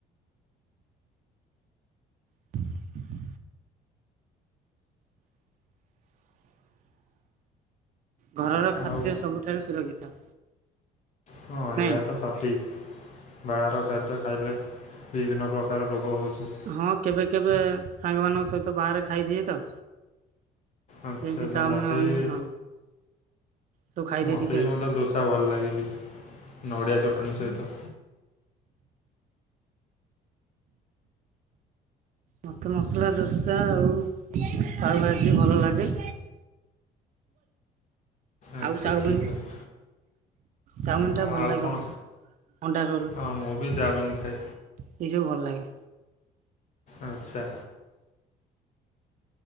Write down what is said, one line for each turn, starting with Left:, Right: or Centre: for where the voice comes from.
Right: ହ <inaudible> ଘରର ଖାଦ୍ୟ
Left: ଆଉ
Right: ସବୁଠାରୁ ସୁରକ୍ଷିତ।
Left: ହଁ
Right: ନାଇଁ
Left: ଏହା ତ ସଠିକ ବାହାର ଖାଦ୍ୟ ଖାଇଲେ ବିଭିନ୍ନ ପ୍ରକାର ତାର ରୋଗ ହେଉଛି।
Right: ହଁ କେବେ କେବେ ସାଙ୍ଗମାନଙ୍କ ସହିତ ବାହାରେ ଖାଇଦିଏ ତ।
Left: ଆଚ୍ଛା
Right: ଯେମିତି
Left: ଆଚ୍ଛା
Right: ଚାଉମିନ
Left: ମୋତେ
Right: ହବନି
Left: ବି
Right: ହଁ ସବୁ ଖାଇଦିଏ
Left: ମୋତେ
Right: ଟିକେ
Left: ବି
Right: ଆଉ
Left: ମଧ୍ୟ ଦୋସା ଭଲ ଲାଗେ ବି ନଡ଼ିଆ ଚଟଣି ସହିତ।
Right: ମୋତେ ମସଲା ଦୋସା ଆଉ ପାଉ ଭାଜି ଭଲ ଲାଗେ।
Left: ଆଚ୍ଛା
Right: ଆଉ ଚାଓମୀନ?
Left: ଠିକ୍ ଅଛି।
Right: ଚାଉମିନଟା
Left: ହଁ
Right: ଭଲ
Left: ଆଉ
Right: ଲାଗେ
Left: କଣ
Right: ଅଧିକ ଅଣ୍ଡା ରୋଲ୍। ଏଇସବୁ
Left: ହଁ ମୁଁ ବି ଚାଉମିନ ଖାଏ
Right: ଭଲ ଲାଗେ।
Left: ଆଛା।